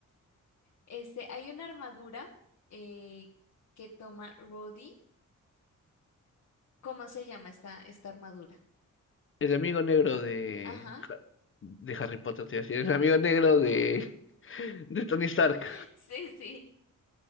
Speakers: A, on the left (about 65°); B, on the left (about 40°).
A: Este, hay una armadura eh, que toma Roddy. ¿Cómo se llama esta, esta armadura?
B: El amigo negro de,
A: Ajá.
B: Ha- de Harry Potter, te iba a decir. El amigo negro de, <laughs> de Tony Stark.
A: <laughs> Sí, sí.